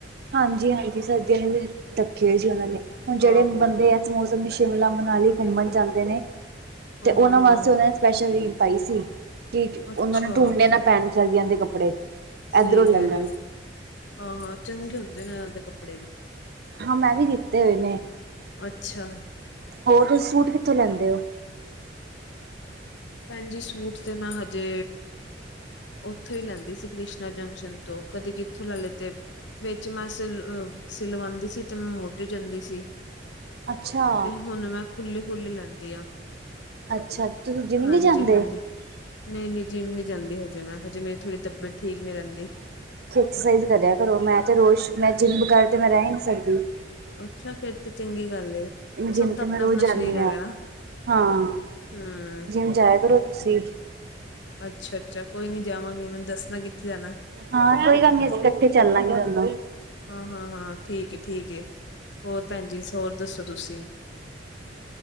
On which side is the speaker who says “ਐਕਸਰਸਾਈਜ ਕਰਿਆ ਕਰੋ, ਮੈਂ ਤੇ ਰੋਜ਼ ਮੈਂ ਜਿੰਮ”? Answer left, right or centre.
Right